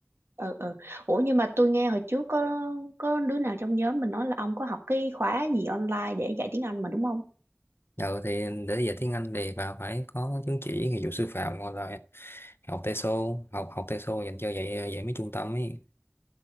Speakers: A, on the right (about 75°); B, on the left (about 65°).
A: ừ, ừ. ủa nhưng mà tôi nghe hồi trước có có đứa nào trong nhóm mình nói là ông có học cái khóa gì online để dạy tiếng Anh mà đúng không
B: Rồi thì để dạy tiếng Anh thì bà phải có chứng chỉ nghiệp vụ sư phạm hoặc là học TESOL học học TESOL dành cho dạy dạy mấy trung tâm ấy